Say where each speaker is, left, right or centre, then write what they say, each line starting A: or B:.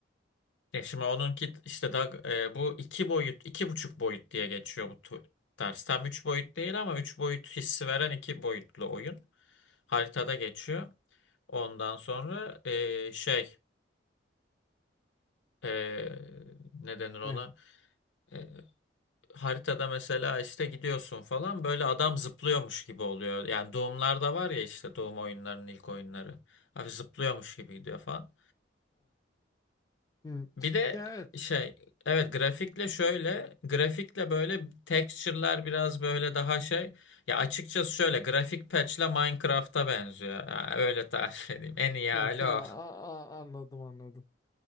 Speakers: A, on the left (about 75°); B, on the left (about 20°).
A: E şimdi onunki işte daha e, bu iki boyut, iki buçuk boyut diye geçiyor bu tu- ders. Tam üç boyut değil ama üç boyut hissi veren iki boyutlu oyun. Haritada geçiyor. Ondan sonra e, şey e, ne denir ona?
B: Ne?
A: E, haritada mesela işte gidiyorsun falan böyle adam zıplıyormuş gibi oluyor. Yani Doom'larda var ya işte Doom oyunlarının ilk oyunları. Abi zıplıyormuş gibi gidiyor falan.
B: Hı.
A: Bir de
B: Ya evet.
A: şey evet grafikle şöyle grafikle böyle texture'lar biraz böyle daha şey ya açıkçası şöyle grafik patch'le Minecraft'a benziyor. Ha, öyle tarif <laughs> edeyim. En iyi hali
B: Ha, tamam
A: o.
B: A- a- anladım anladım.